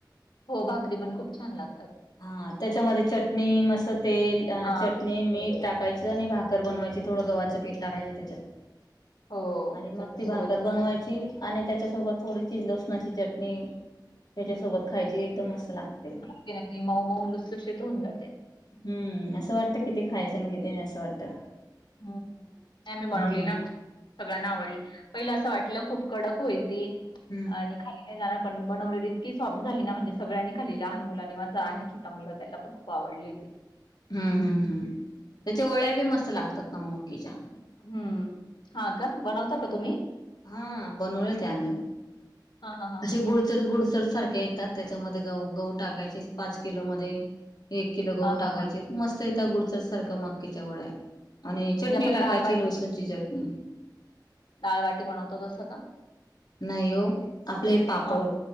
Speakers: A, on the left (about 85°); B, on the left (about 60°).
A: हो भाकरी पण खूप छान लागतात.
B: हा त्याच्यामध्ये चटणी मस्त तेल टाक
A: हां.
B: चरणी मीठ
A: हो.
B: टाकायचं आणि भाक भाकर बनवायची थोडं गव्हाचं पीठ टाकायचे त्याच्यात
A: हो.
B: आणि मग
A: चटणीसोबत
B: ती भाकर
A: छान
B: बनवायची. आणि त्याच्यासोबत थोडीशी लसणाची चटणी त्याच्या सोबत खायची एकदम मस्त लागते.
A: <unintelligible> मऊ मऊ लुस लुशीत होऊन जाते.
B: हम्म असं वाटतं किती खायचं ना किती नाही असं वाटतं.
A: हम्म आमी बनवली
B: हम्म
A: नाखू सगळ्यांना आवडली पहिलं असं वाटलं खूप कडक होईल ती
B: हम्म
A: आणि खाली <unintelligible> पण बनवलेली इतकी सॉफ्ट झाली ना म्हणजे सगळ्यांनी खाल्ली, लहान मुलांनी माझा आहे छोटा मुलगा त्याला पण खूप आवडली ती
B: हम् हम्म हम् त्याच्या वड्या बी मस्त लागतात ना हो मक्कीच्या
A: हम्म हा का बनवता का तुम्ही?
B: हम् हा बनवले ते आम्ही
A: हां, हां, हां.
B: असे गुडचर गुडचर सारखे टाक त्याच्यामध्ये गहू, गहू टाकायचेच पाच किलो मध्ये एक किलो गहू
A: हां, हां,
B: टाकायचे.
A: हां.
B: मस्त येतं गुडचर सारखं मक्कीच्या वड्या आणि
A: म्हणजे
B: चटणी
A: आपण डाळ
B: टाकायची लोसणची चटणी
A: डाळवाटी बनवतो तसं का
B: नाही हो, आपले पापड
A: हां.